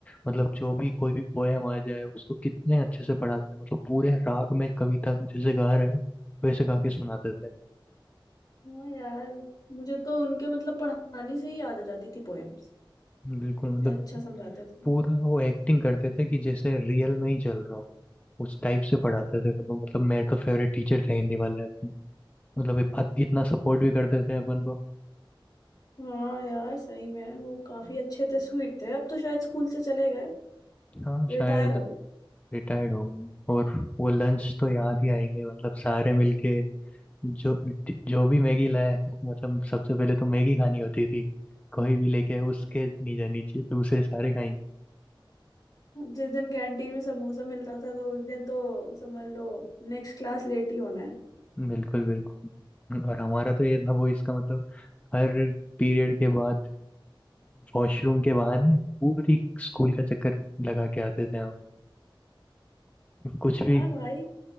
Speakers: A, on the left; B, on the left.
A: मतलब जो भी कोई भी पोएम आ जाए उसको कितने अच्छे से पढ़ाते थे मतलब पूरे राग में कविता जैसे गा रहे हो वैसे गा के सुनाते थे
B: हाँ यार मुझे तो उनके मतलब पढ़ाने से ही याद आ जाती थी पोएम्स
A: बिल्कुल
B: इतना
A: मतलब
B: अच्छा समझाते थे
A: पूरा वो एक्टिंग करते थे कि जैसे रियल में ही चल रहा हो उस टाइप से पढ़ाते थे मतलब मतलब मेरे तो फेवरेट टीचर थे हिंदी वाले अपने मतलब इत- इतना सपोर्ट भी करते थे अपन को
B: हाँ यार सही में वो काफी अच्छे थे स्वीट थे अब तो शायद स्कूल से चले गए
A: हाँ शायद
B: रिटायर हो गए।
A: रिटायर्ड हो गए और वो लंच तो याद ही आएंगे मतलब सारे मिलके जो जो भी मैगी लाए मतलब सबसे पहले तो मैगी खानी होती थी कोई भी लेके उसके नहीं जानी चाहिए दूसरे सारे खाएंगे
B: जिस दिन कैंटीन में समोसा मिलता था तो उस दिन तो समझ लो नेक्स्ट क्लास लेट ही होना है
A: बिल्कुल बिल्कुल और हमारा तो ये था वो इसका मतलब हर पीरियड के बाद वॉशरूम के बहाने पूरी स्कूल का चक्कर लगा के आते थे हम कुछ भी
B: हाँ भाई